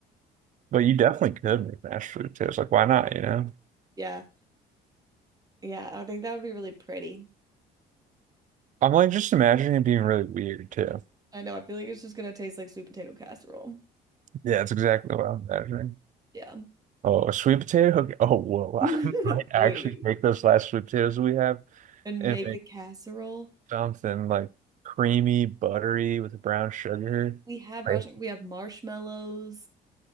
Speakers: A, on the right (about 50°); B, on the right (about 20°).
A: but you definitely could make mashed potatoes. Like, why not, you know?
B: Yeah. Yeah, I think that would be really pretty.
A: I'm like just imagining it being really weird too.
B: I know. I feel like it's just gonna taste like sweet potato casserole.
A: Yeah, that's exactly what I'm imagining.
B: Yeah.
A: Oh, a sweet potato? <laughs> Okay. Oh, whoa.
B: <laughs>
A: <laughs> I might actually
B: Wait.
A: make those last sweet potatoes we have.
B: And
A: and
B: make
A: make.
B: a casserole.
A: Something like creamy, buttery with brown sugar.
B: We have brown
A: Like,
B: sugar. We have marshmallows.